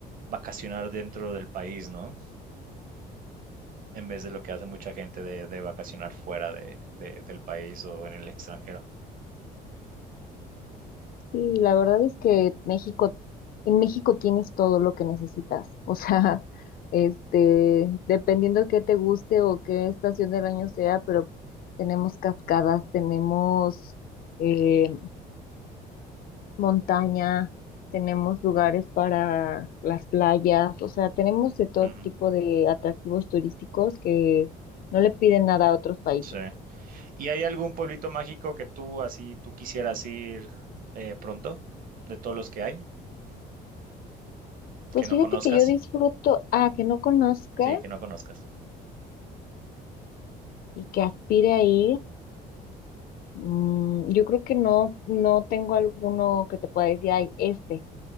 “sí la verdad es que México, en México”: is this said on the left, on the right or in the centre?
Left